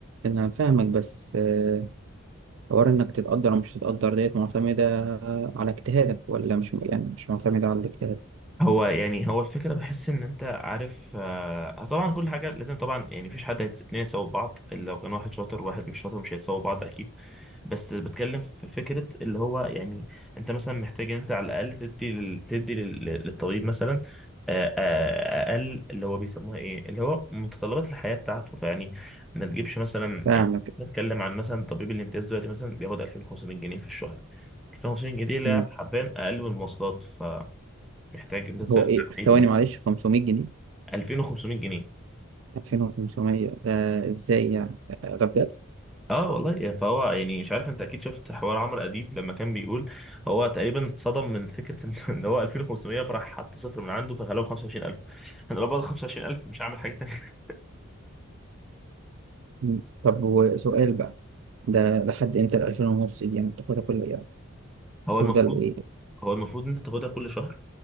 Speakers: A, on the right; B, in the centre.
A: انا فاهمك بس آه، حوار انك تتقدر ومش تتقدر ديت معتمدة على اجتهادك ولا مش يعني مش معتمدة على الاجتهاد
B: هو يعني هو الفكرة بحس إن أنت عارف آه آه، طبعا كل حاجة لازم طبعا يعني مفيش حد هيتس- اتنين يساووا بعض لو كان واحد شاطر وواحد مش شاطر مش هيتساووا بعض أكيد بس بتكلم في فكرة اللي هو يعني أنت مثلا محتاج إن أنت على الأقل تدي لل... تدي لل... للطبيب مثلا آه، آه، أقل اللي هو بيسموها إيه اللي هو متطلبات الحياة بتاعته فيعني ما تجيبش مثلا
A: فاهمك
B: يعني نتكلم عن مثلا طبيب الامتياز دلوقتي مثلا بياخد 2500 جنيه في الشهر 2500 جنيه دي لا
A: مم.
B: حرفيا أقل من المواصلات محتاج لسه
A: هو
B: ارجع
A: ايه ثواني
B: بعيد إن
A: معلش 500 جنيه
B: 2500 جنيه
A: 2500 ده ازاي يعني آه، ده بجد
B: اه والله يا- فهو يعني مش عارف انت اكيد شفت حوار عمرو اديب لما كان بيقول هو تقريبا اتصدم من فكره ان <laughs> إن هو 2500 فراح حط صفر من عنده فخلاه 25000 انا لو باخد 25000 مش هعمل حاجه تانيه
A: مم. طب وسؤال بقى ده لحد امتى ال 2000 ونص دي يعني بتاخدها كل ايام
B: هو
A: تفضل
B: المفروض
A: ايه
B: هو المفروض ان انت تاخدها كل شهر